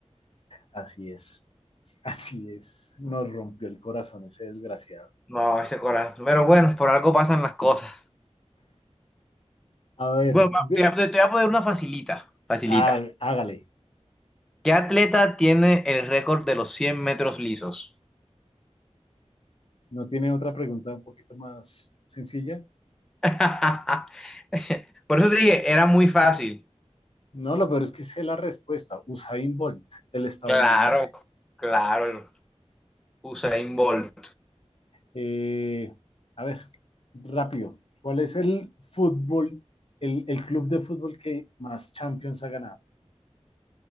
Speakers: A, on the left; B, in the centre.
A: Así es, <laughs> así es. Nos rompió el corazón ese desgraciado.
B: No, ese corazón. Pero bueno, por algo pasan las cosas.
A: A ver,
B: Bueno, va,
A: de-
B: te, te- te voy a poner una facilita, facilita.
A: ah, hágale.
B: ¿Qué atleta tiene el récord de los 100 metros lisos?
A: ¿No tiene otra pregunta un poquito más sencilla?
B: <laughs> Por eso te dije, era muy fácil.
A: No, lo peor es que sé la respuesta. Usain Bolt, el estadounidense.
B: Claro, claro. Usain Bolt.
A: Eh, a ver, rápido. ¿Cuál es el fútbol, el, el club de fútbol que más Champions ha ganado?